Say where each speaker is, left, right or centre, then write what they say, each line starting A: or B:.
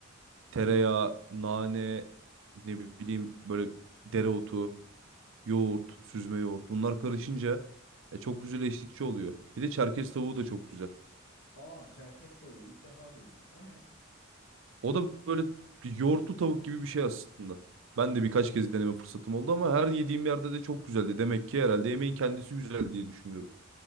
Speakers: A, on the left; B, on the right.
A: Hı
B: tereyağı,
A: hı.
B: nane, ne bileyim böyle dereotu, yoğurt, süzme yoğurt bunlar karışınca e, çok güzel eşlikçi oluyor. Bir de Çerkez tavuğu da çok güzel.
A: Aa Çerkez tavuğu ilk defa duydum. O ne?
B: O da böyle yoğurtlu tavuk gibi bir şey aslında. Ben de birkaç kez deneme fırsatım oldu ama her yediğim yerde de çok güzeldi. Demek ki herhalde yemeğin kendisi güzel diye düşünüyorum.